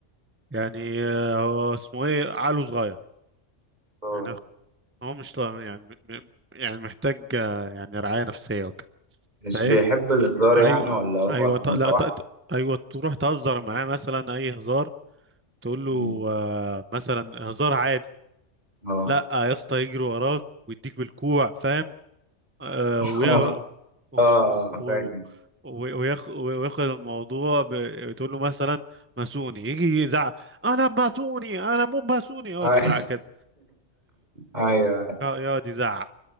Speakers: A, on the right (about 15°); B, on the right (about 35°).
A: يعني آه هو اسمه إيه عقله صغير
B: اه
A: يعني هو مش يعني يعني محتاج آه، يعني رعاية نفسية وكده
B: مش
A: فإيه
B: بيحب الهزار
A: ايوه
B: يعني ولا هو
A: ايوه ط...
B: متوحد
A: لا ط... ط- ايوه تروح تهزر معاه مثلا اي هزار تقول له
B: مم.
A: آه مثلا هزار عادي
B: اه
A: لا يا اسطى يجري وراك ويديك بالكوع فاهم آه
B: <laughs>
A: ويا... <laughs>
B: اه
A: و...
B: آه،
A: و-
B: فاكر
A: وياخ... وياخد الموضوع ب... تقول له مثلا ماسوني يجي يزعق انا ماسوني انا مو ماسوني يقعد
B: <laughs>
A: يزعق كده
B: ايوه
A: يقعد يزعق